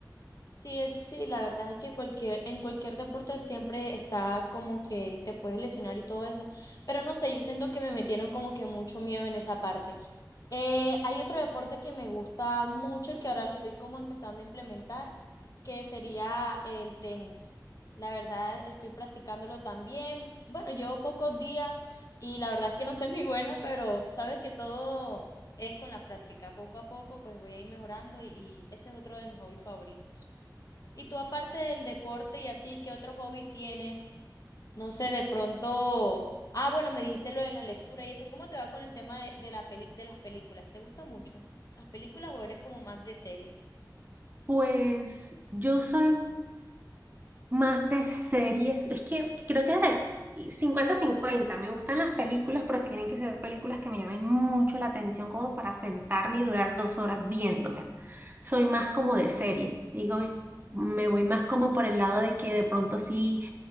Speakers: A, on the left; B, on the right.
A: Sí, es, sí, la verdad es que cualquier, en cualquier deporte siempre está como que te puedes lesionar y todo eso. Pero no sé, yo siento que me metieron como que mucho miedo en esa parte. Eh, hay otro deporte que me gusta mucho y que ahora lo estoy como empezando a implementar, que sería el tenis. La verdad, estoy practicándolo también. Bueno, llevo pocos días y la verdad es que no soy muy buena, pero sabes que todo es con la práctica. Poco a poco, pues voy a ir mejorando y y ese es otro de mis hobbies favoritos. Y tú aparte del deporte y así, ¿qué otro hobby tienes? No sé, de pronto... Ah, bueno, me dijiste lo de la lectura y eso. ¿Cómo te va con el tema de, de la peli- de las películas? ¿Te gusta mucho las películas o eres como más de series?
B: Pues yo soy Más de series. Es que creo que de 50 cincuenta Me gustan las películas, pero tienen que ser películas que me llamen mucho la atención como para sentarme y durar dos horas viéndome. Soy más como de serie. Digo, me voy más como por el lado de que de pronto sí.